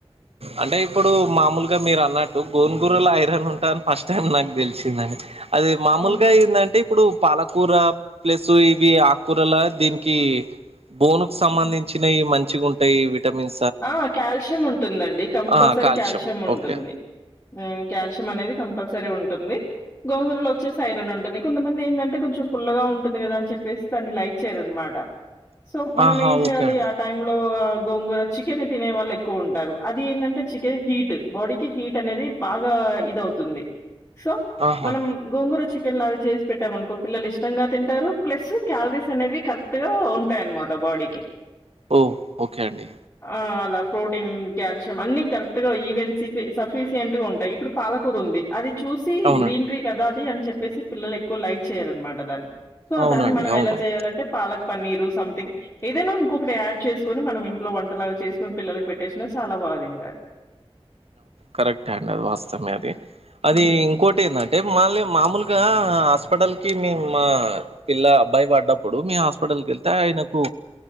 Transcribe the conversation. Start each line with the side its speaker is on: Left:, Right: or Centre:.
Right: అంటే ఇప్పుడు మామూలుగా మీరు అన్నట్టు గోంగూర ల ఐరన్ ఉంటాదని ఫస్ట్ టైం నాకు తెలిసిందండి అది మామూలుగా
Left: అవును.
Right: ఏందంటే ఇప్పుడు పాలకూర ప్లస్ ఇవి ఆకుకూరల దీనికి బోను కు సంబంధించినవి
Left: హ్మ్.
Right: మంచిగా ఉంటయి విటమిన్
Left: ఆ కాల్షియం ఉంటుందండి కంపల్సరీ
Right: ఆ
Left: కాల్షియం ఉంటుంది
Right: ఓకే
Left: కాల్షియం అనేది కంపల్సరీ ఉం టుంది గోంగురలో వచ్చేసి ఐరన్ ఉంటుంది కొంతమంది ఏంటంటే కొంచెం పుల్లగా ఉంటుంది గదాని చెప్పసి దాన్ని లై ఇచ్చారనమాట సో మనం
Right: ఆహా
Left: ఏం చేయాలి
Right: ఓకే అండి
Left: ఆ టైమ్ లో గోంగూర చికెన్ తినే వాళ్ళు ఎక్కువ ఉంటారు అది ఏంటంటే చికెన్ హీట్ బాడీకి హీట్ అనేది బాగా ఇద తుంది సో
Right: ఆహా
Left: మనం గోంగూర చి కెన్ లాగా చేసి పెట్టామ అనుకో పిల్లలు ఇష్టంగా తింటారు ప్లస్ క్యాలరీస్ అనేవి కరెక్ట్ గా ఉంటాయన్నమాట బాడికి
Right: ఓ ఓకే అండి
Left: ఆ అలా ప్రోటీన్ కాల్షియం అన్ని కరెక్ట్ గా ఈవెం సఫిషిషింట్ గా ఉంటాయి ఇప్పుడు పాలకూర ఉంది అది చూసి
Right: అవునండి
Left: గ్రీనరీ గదా అది అని చెప్పేసి పిల్లలు ఎక్కువ లైట్ చేయారనమాట దాన్ని సో
Right: అవునండి
Left: దాన్ని మనం
Right: అవును
Left: ఎలా చేయాలంటే పాలక్ పన్నీరు సంథింగ్ ఏదైనా ఇంకొకటి యాడ్ చేసుకొని మనం లో వంటలాగా చేసుకుని పిల్లలకి పెట్టేసినా చాలా బాగా తింటారు
Right: కరెక్ట్ అండి అది వాస్తవమే అది అది
Left: హ్మ్.
Right: ఇంకోటి ఏంటంటే మళ్ళి మామూలుగా ఇగా హాస్పిటల్ కి మే మా పిల్ల అబ్బాయి పడ్డ ప్పుడు మీ హాస్పిటల్ క వెళ్తే ఆయనకు